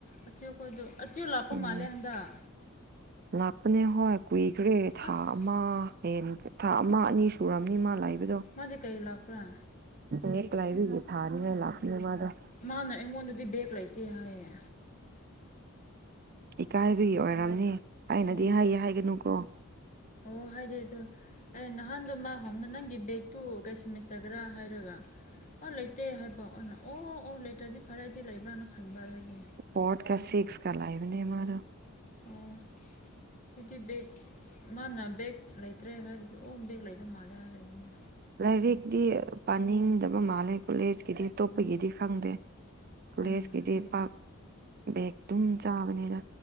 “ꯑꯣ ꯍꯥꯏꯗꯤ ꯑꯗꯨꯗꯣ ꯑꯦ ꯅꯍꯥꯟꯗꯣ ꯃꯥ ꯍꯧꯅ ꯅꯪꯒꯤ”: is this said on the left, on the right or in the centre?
Left